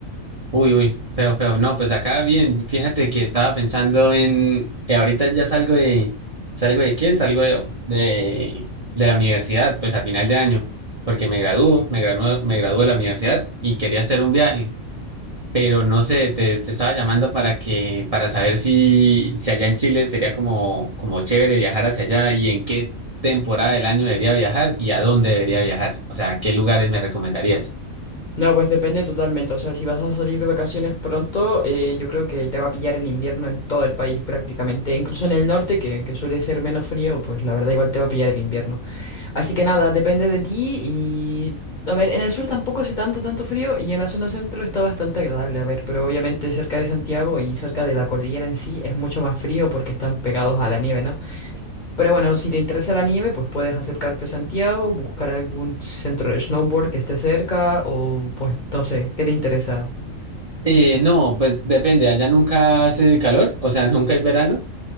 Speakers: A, on the right (about 30°); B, on the left (about 40°).
A: Uy, uy, feo, feo. No, pues acá bien. Fíjate que estaba pensando en que ahorita ya salgo de, ¿salgo de qué? Salgo de, de, de la universidad, pues a final de año, porque me gradúo, me gradúo, me gradúo de la universidad y quería hacer un viaje, pero no sé, te, te estaba llamando para que, para saber si, si allá en Chile sería como, como chévere viajar hacia allá y en qué temporada del año debería viajar y a dónde debería viajar. O sea, ¿qué lugares me recomendarías?
B: No, pues depende totalmente. O sea, si vas a salir de vacaciones pronto, eh, yo creo que te va a pillar el invierno en todo el país prácticamente. Incluso en el norte, que, que suele ser menos frío, pues la verdad igual te va a pillar el invierno. Así que nada, depende de ti y... A ver, en el sur tampoco hace tanto, tanto frío y en la zona centro está bastante agradable, a ver, pero obviamente cerca de Santiago y cerca de la cordillera en sí es mucho más frío porque están pegados a la nieve, ¿no? Pero bueno, si te interesa el anime, pues puedes acercarte a Santiago, buscar algún centro de snowboard que esté cerca o pues no sé, ¿qué te interesa?
A: Eh, no, pues depende, allá nunca hace calor, o sea, <laughs> nunca hay verano.